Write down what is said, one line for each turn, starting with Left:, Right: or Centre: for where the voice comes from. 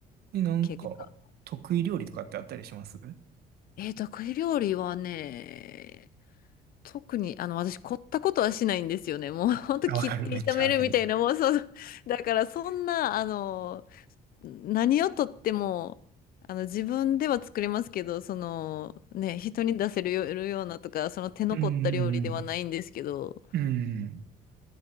Right: え、なんか、
Left: 結果。
Right: 得意料理とかってあったりしますうん
Left: えー、得意料理はね、特に、あの、私、凝ったことはしないんですよね。もう、<laughs> ほんと切って炒めるみたいな、
Right: あわかる。めっちゃわかる。
Left: もう、そう、だから、そんな、あの、何をとっても、あの、自分では作れますけど、その、ね、人に出せるよようなとか、その手の凝った料理ではないんですけど、
Right: うんうんうん。